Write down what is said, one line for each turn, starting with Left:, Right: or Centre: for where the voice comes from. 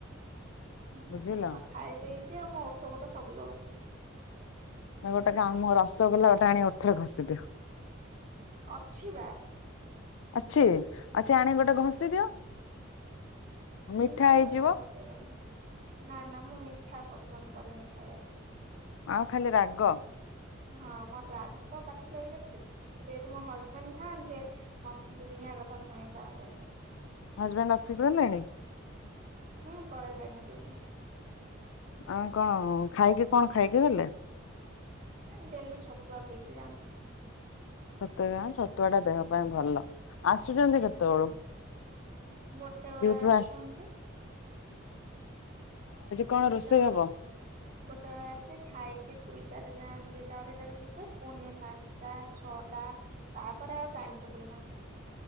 Right: ହୁଁ,
Left: ବୁଝିଲ।
Right: ମୁଁ ତ ଖାଇ ଦେଇଚି ଆଉ ମୋ ଉଠ ଫୁଠ ସବୁ ଜଳୁଛି।
Left: ଏ ଗୋଟେ କାମ ରସଗୋଲା ଗୋଟେ ଆଣି ଓଠରେ ଘଷିଦିଅ।
Right: ଅଛି ବା।
Left: ଅଛି? ଅଛ ଆଣି
Right: ହୁଁ
Left: ଗୋଟେ ଘଷି ଦିଅ ମିଠା
Right: ନାଇଁ
Left: ହେଇଯିବ।
Right: ଘଷିବନି ନା ନା ମୁଁ ମିଠା ପସନ୍ଦ କରେନି ଖାଇବାକୁ।
Left: ଆଉ ଖାଲି ରାଗ
Right: ହଁ ମୋର ରା ତ ପାଟିକୁ ଆଇଲେ ଠିକ ସେଇଠି ମୋ ହଜବେଣ୍ଡ ଥାନ୍ତେ ମତ ଦୁନିଆ କଥା ଶୁଣେଇ ସାରନ୍ତିନି।
Left: ହଜବେଣ୍ଡ ଅଫିସ୍ ଗଲେଣି?
Right: ନା ପଳେଇଲେଣିି ଡିଉଟି।
Left: ଆଉ କଣ ଖାଇକି କଣ ଖାଇକି ଗଲେ?
Right: ଏ ଡେଲି ଛତୁଆ ପିଇକି ଯାଆନ୍ତି।
Left: ଛତୁଆ <unintelligible> ଛତୁଆ ଟା ଦେହ ପାଇଁ ଭଲ। ଆସୁଛନ୍ତି
Right: ହୁଁ
Left: କେତେବେଳୁ?
Right: ଗୋଟେ ବେଳେ
Left: ଡିଉଟି
Right: ଆସୁଛନ୍ତି
Left: ରୁ ଆସ କଣ
Right: ଗୋଟେ
Left: ରୋଷେଇ
Right: ବେଳେ
Left: ହବ
Right: ଗୋଟେ ବେଳେ ଆସେ ଖାଇ କି ଦୁଇଟାରେ ଯାଆନ୍ ଦୁଇଟା ଅଢେଇ ଟାରେ ଯିବେ। ପୁଣି ଯାଇ ପାନ୍ସଟା ଛଅଟା। ତାପରେ ଆଉ ଟା ଟାଇମ୍ ଟେବୁଲ୍ ନାହିଁ।